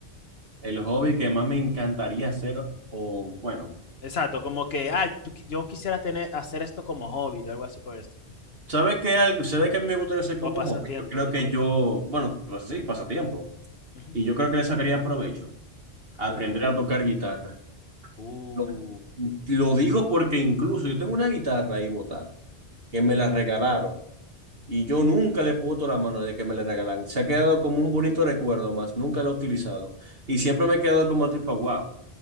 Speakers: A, on the right; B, on the left.
A: El hobby que más me encantaría hacer, o bueno.
B: Exacto, como que, ah, tú qui- yo quisiera tener, hacer esto como hobby o algo así por el estilo.
A: ¿Sabes qué? al- ¿Sabes qué a mí me gustaría hacer como
B: O pasatiempo,
A: hobby? Yo creo
B: disculpa.
A: que yo, bueno, pues sí, pasatiempo.
B: Ujú.
A: Y yo creo que le sacaría provecho. Aprender
B: A ver.
A: a tocar guitarra.
B: Uh.
A: Lo, lo digo porque incluso yo tengo una guitarra ahí botada, que me la regalaron. Y yo nunca le puedo la mano de que me la regalan. Se ha quedado como un bonito recuerdo más, nunca lo he utilizado. Y siempre me he quedado como tipo, wow.